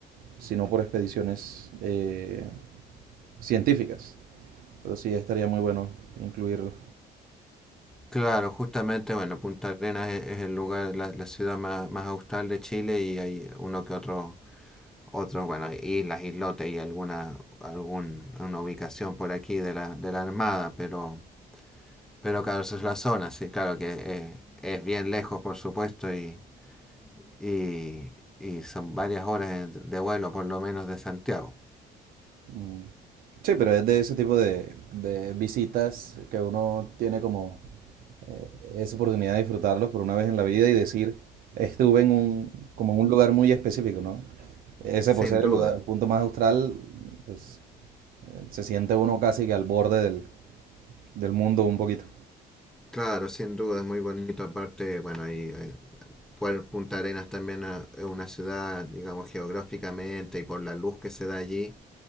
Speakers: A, on the right; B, in the centre.
A: sino por expediciones eh, científicas. Pero sí, estaría muy bueno incluirlo.
B: Claro, justamente, bueno, Punta Arenas es, es el lugar, la, la ciudad más, más austral de Chile y hay uno que otro, otros, bueno, islas, islotes y alguna, algún, una ubicación por aquí de la, de la Armada, pero, pero claro, esa es la zona, sí, claro que es, es bien lejos, por supuesto, y, y, y son varias horas de, vuelo por lo menos de Santiago.
A: Mm. Sí, pero es de ese tipo de, de visitas que uno tiene como eh, esa oportunidad de disfrutarlos por una vez en la vida y decir, estuve en un, como en un lugar muy específico, ¿no? Ese
B: Sin
A: por ser
B: duda,
A: el lugar, el punto más austral, pues eh, se siente uno casi que al borde del, del mundo un poquito.
B: claro, sin duda es muy bonito. Aparte, bueno, ahí, ahí, por Punta Arenas también ah, es una ciudad, digamos, geográficamente y por la luz que se da allí,